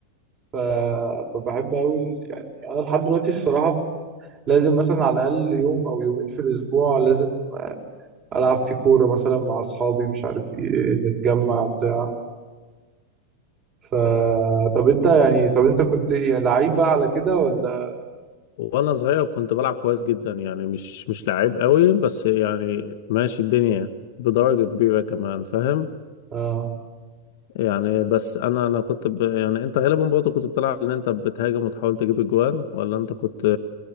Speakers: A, on the right; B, on the left.
A: ف... فبحب قوي ال- يعني انا لحد دلوقتي الصراحه لازم مثلا على الاقل يوم او يومين في الاسبوع لازم العب في كوره مثلا مع اصحابي مش عارف ايه نتجمع بتاع ف طب انت يعني طب انت كنت إيه، لعيب بقى على كده ولا
B: وانا صغير كنت بلعب كويس جدا يعني مش مش لعيب قوي بس يعني ماشي الدنيا بدرجة كبيرة كمان فاهم
A: اه
B: يعني بس انا انا كنت ب... يعني انت غالبا برضه كنت بتلعب ان انت بتهاجم وتحاول تجيب اجوان ولا انت كنت